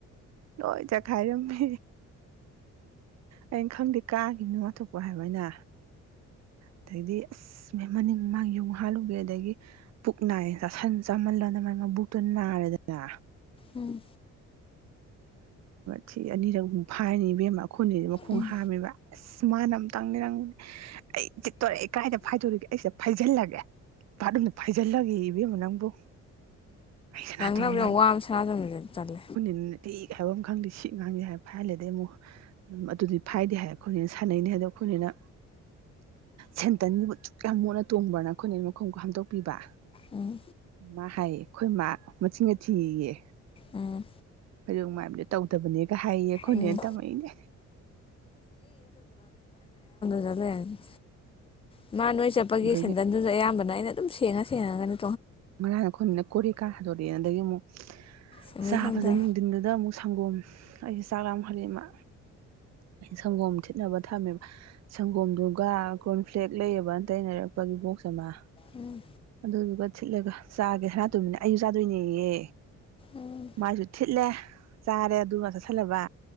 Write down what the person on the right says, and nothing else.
ꯂꯣꯏ ꯆꯈꯥꯏꯔꯝꯃꯤ ꯑꯩꯅ ꯈꯪꯗꯦ ꯀꯥꯈꯤꯕꯅ ꯉꯊꯣꯛꯄ ꯍꯥꯏꯕꯅ ꯑꯗꯩꯗꯤ ꯑꯁ ꯃ ꯃꯅꯤꯡ ꯃꯥꯡ ꯌꯨꯝ ꯍꯥꯜꯂꯨꯒꯦ ꯑꯗꯒꯤ ꯄꯨꯛ ꯅꯥꯏ ꯆꯥꯁꯟ ꯆꯥꯃꯜꯂꯅ ꯃ ꯃꯕꯨꯛꯇꯨ ꯅꯥꯔꯦꯗꯅ
ꯇꯤ ꯑꯅꯤꯔꯛ ꯃꯨꯛ ꯐꯥꯏꯔꯅꯤ ꯏꯕꯦꯝꯃꯥ ꯈꯨꯟꯅꯤꯁꯦ ꯃꯈꯣꯡ
ꯍꯥꯝꯃꯦꯕ ꯑꯁ ꯁ ꯃꯥꯅ ꯑꯃꯝꯇꯪꯅꯤ ꯅꯪꯅꯦ ꯑꯩ ꯆꯤꯠꯇꯣꯔꯛꯑ ꯀꯥꯏꯗ ꯐꯥꯏꯗꯣꯔꯤꯒꯦ ꯑꯩ ꯁꯤꯗ ꯐꯩꯖꯜꯂꯒꯦ ꯕꯠꯔꯨꯝꯗ ꯄꯥꯏꯁꯤꯜꯂꯒꯦ ꯏꯕꯦꯝꯃꯣ ꯅꯪꯕꯨ ꯑꯩ ꯁꯅꯥꯇꯣꯝꯕꯤ
ꯊꯒꯤ ꯐꯥꯏꯕꯝ ꯈꯪꯗꯦ ꯁꯤ ꯉꯥꯡꯗꯦ ꯍꯥꯏꯔ ꯐꯥꯏꯍꯜꯂꯦ ꯑꯗꯩ ꯑꯃꯨꯛ ꯑꯗꯨꯗꯤ ꯐꯥꯏꯗꯦ ꯍꯥꯏꯔ ꯑꯩꯈꯣꯏꯅꯤꯅ ꯁꯥꯟꯅꯩꯅꯦ ꯍꯥꯏꯗꯣ ꯑꯩꯈꯣꯏꯅꯦꯅ ꯁꯦꯟꯇꯟꯒꯤꯛ ꯌꯥꯝ ꯃꯣꯠꯅ ꯇꯣꯡꯕ꯭ꯔꯅ ꯑꯩꯈꯣꯏꯅꯅ ꯃꯈꯣꯡꯒ ꯍꯥꯝꯗꯣꯛꯄꯤꯕ
ꯃꯥ ꯍꯥꯏꯌꯦ ꯑꯩꯈꯣꯏ ꯃꯥ ꯃꯆꯤꯟꯒ ꯊꯤꯌꯦ
<unintelligible> ꯇꯧꯗꯕꯅꯦ ꯀ ꯍꯥꯏꯌꯦ ꯑꯈꫭꯏ
ꯅꯦ ꯇꯃꯥꯛ ꯏꯅꯦ
ꯑꯗꯨꯒꯤ
ꯃꯔꯥꯡꯈꯣꯏꯅ ꯀꯔꯤ ꯀꯥ ꯍꯥ ꯑꯗꯒꯤ ꯑꯃꯨꯛ
ꯆꯥꯕꯗꯩ
ꯅꯨꯡꯊꯤꯟꯗꯨꯗ ꯑꯃꯨꯛ ꯁꯪꯒꯣꯝ ꯑꯩꯁꯦ ꯆꯥꯛ ꯃꯈ ꯃꯈꯜ ꯑꯃ ꯁꯪꯒꯣꯝ ꯊꯤꯠꯅꯕ ꯊꯝꯃꯦꯕ ꯁꯪꯒꯣꯝꯗꯨꯒ ꯀꯣꯔꯟꯐ꯭ꯂꯦꯛ ꯂꯩꯌꯦꯕꯅ ꯇꯩꯅꯔꯛꯄꯒꯤ ꯕꯣꯛꯁ ꯑꯃ
ꯑꯗꯨꯗꯨꯒꯥ ꯁꯤꯠꯂꯒ ꯆꯥꯒꯦ ꯁꯥꯔꯠꯇꯣꯃꯤꯅ ꯑꯩꯁꯨ ꯆꯥꯗꯣꯏꯅꯦꯌꯦ
ꯃꯥꯏꯁꯨ ꯊꯤꯠꯂꯦ ꯆꯥꯔꯦ ꯑꯗꯨꯒ ꯆꯥꯁꯤꯜꯂꯕ